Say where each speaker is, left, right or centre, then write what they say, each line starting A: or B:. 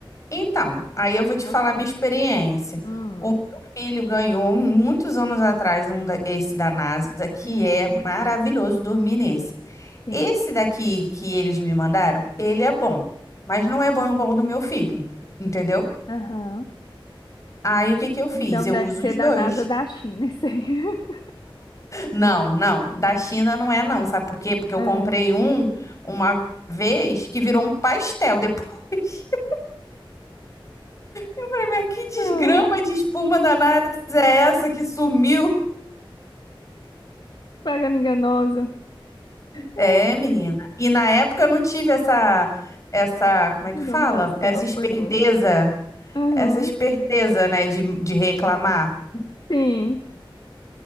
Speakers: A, on the left (about 35°); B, on the left (about 55°).
A: Então, aí eu
B: que
A: vou
B: que
A: te
B: você
A: falar
B: acha?
A: minha experiência.
B: Hum,
A: O meu filho ganhou muitos anos atrás um da- esse da NASA, que
B: aham,
A: é maravilhoso dormir nesse.
B: sim.
A: Esse daqui que eles me mandaram, ele é bom, mas não é bom igual o do meu filho, entendeu?
B: Aham.
A: Aí o que que eu fiz?
B: Então
A: Eu
B: deve
A: uso
B: ser
A: os
B: da
A: dois.
B: NASA da China, isso aí. <laughs>
A: Não, não, da China não é não, sabe por quê? Porque eu
B: É.
A: comprei um uma vez que virou um pastel depois. <laughs> Eu Mas que desgrama
B: Não,
A: de espuma da NASA é essa que sumiu?
B: propaganda enganosa. Ai,
A: É, menina. E na época eu não tive essa, essa, como é que
B: Virou
A: fala?
B: um pastel,
A: Essa esperteza,
B: foi boa. Aham,
A: essa esperteza, né, de, de reclamar.
B: sim.